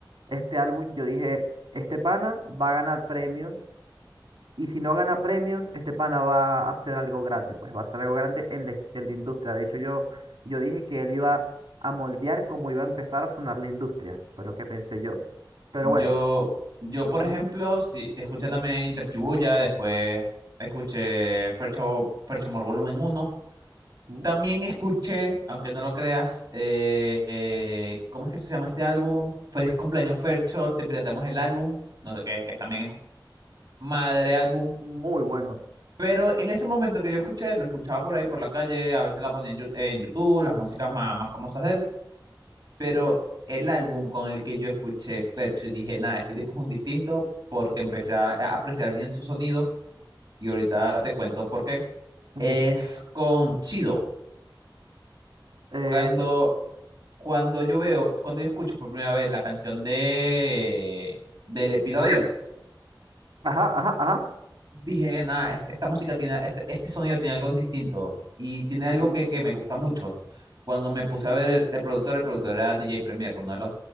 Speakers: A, on the right (about 75°); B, on the right (about 45°).
A: este álbum, yo dije, este pana va a ganar premios, y si no gana premios, este pana va a hacer algo grande, pues va a hacer algo grande en la, en la industria. De hecho, yo, yo dije que él iba a moldear cómo iba a empezar a sonar la industria, fue lo que pensé yo. Pero
B: Yo,
A: bueno,
B: yo por
A: ujú,
B: ejemplo, si, si escuché también Interchibuya, después escuché Fercho, Ferchomor Volumen uno.
A: Ujú,
B: También escuché, aunque no lo creas, eh, eh, ¿cómo es que se llama este álbum? Feliz cumpleaños, Fercho, te pirateamos el álbum. No sé qué, que también es madre álbum.
A: muy bueno.
B: Pero en ese momento que yo escuché, lo escuchaba por ahí, por la calle, a veces la ponía en, Yu- en YouTube, las músicas más, más famosas de él. Pero el álbum con el que yo escuché Fercho y dije, nada, este tipo es un distinto porque empecé a, a apreciar bien su sonido y ahorita te cuento por qué.
A: ujú.
B: Es con Chido.
A: Eh,
B: Cuando, cuando yo veo, cuando yo escucho por primera vez la canción de, de Le pido a Dios,
A: ajá, ajá, ajá.
B: dije, nada, es- esta, música tiene, este, este sonido tiene algo distinto y tiene
A: ujú.
B: algo que, que me gusta mucho. Cuando me puse a ver el, el productor, el productor era DJ Premier, uno de los